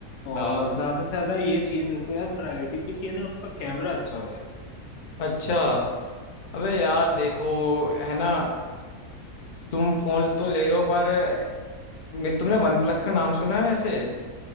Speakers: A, on the left; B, on the left.
A: और
B: हाँ
A: ज्यादा से ज्यादा ये चाहिए मेरे को यार प्रायोरिटी पे कि है ना उसका कैमरा अच्छा हो यार
B: अच्छा अबे यार देखो है ना तुम फोन तो ले लो पर मैं तुमने वन प्लस का नाम सुना है वैसे